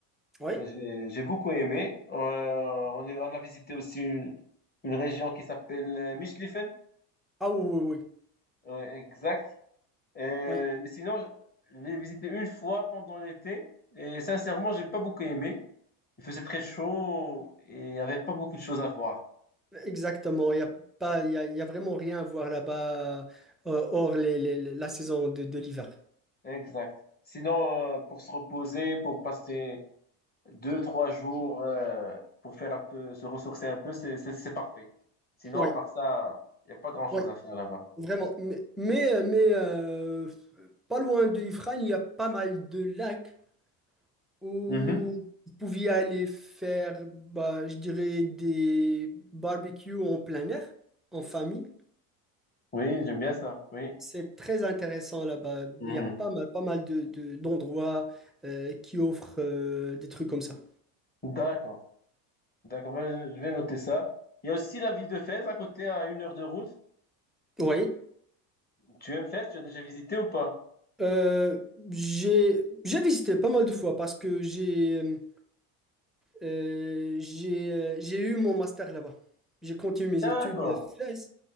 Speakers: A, in the centre; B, on the left (about 20°).
A: Oui.
B: j'ai j'ai beaucoup aimé. Euh, on, est- on a visité aussi une, une région qui s'appelle euh, Michlifen,
A: Ah oui, oui,
B: Ouais, exact. Euh,
A: oui.
B: mais sinon, je l'ai visité une fois pendant l'été et sincèrement, j'ai pas beaucoup aimé. Il faisait très chaud et il n'y avait pas beaucoup de choses à voir.
A: Oui, exactement. Il n'y a pas, il y a, il y a vraiment rien à voir là-bas, euh, hors les- les- les- la saison de, de l'hiver.
B: Exact. Sinon, euh, pour se reposer, pour passer deux, trois jours, euh, pour faire un peu, se ressourcer un peu, c'est, c'est, c'est parfait. Sinon,
A: Oui,
B: à part ça, il n'y a pas grand-chose
A: oui,
B: à faire là-bas.
A: vraiment. Mais, mais, euh, mais, euh, Pas loin de Ifrane, il y a pas mal de lacs où
B: Mhm.
A: vous pouviez aller faire, bah, je dirais, des barbecues en plein air, en famille.
B: Oui, j'aime bien ça. Oui.
A: C'est très intéressant là-bas.
B: Mhm.
A: Il y a pas mal, pas mal de, de- d'endroits euh, qui offrent euh, des trucs comme ça.
B: D'accord. D'accord. Ben, je vais noter ça. Il y a aussi la ville de Fès à côté, à une heure de route.
A: Oui,
B: Tu aimes Fès? Tu as déjà visité ou pas?
A: euh, j'ai j'ai visité pas mal de fois parce que j'ai euh, j'ai euh, j'ai eu mon master là-bas. J'ai continué mes
B: D'accord.
A: études à Fès,